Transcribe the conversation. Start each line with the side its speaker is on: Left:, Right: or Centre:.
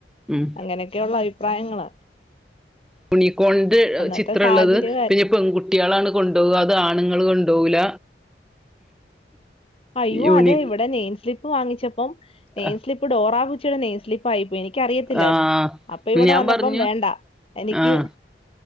Centre: ഉം
Left: അങ്ങനെക്കെയുള്ള അഭിപ്രായങ്ങള.
Centre: യുണീക്കോൺന്റെ
Left: അന്നത്തെ
Centre: ചിത്രള്ളത്
Left: സാഹചര്യമല്ല
Centre: പിന്നെ പെൺകു ട്ട്യാളാണ് കൊണ്ടോവ അത് ആണ്ങ്ങള് കൊണ്ടോവൂല.
Left: അയ്യോ
Centre: യൂണി
Left: അതെ ഇവടെ നെയിം സ്ലിപ്പ് വാങ്ങിച്ചപ്പം
Centre: ആ
Left: നെയിം സ്ലിപ്പ് ഡോറ ബുജിടെ നെയിം സ്ലിപ്പായിപ്പോയി എ നിക്കറിയത്തില്ലായിരുന്നു
Centre: ആഹ്
Left: അപ്പ ഇവടെ
Centre: ഞാൻ
Left: വന്നപ്പം
Centre: പറഞ്ഞു
Left: വേണ്ട എനിക്ക്
Centre: ആഹ്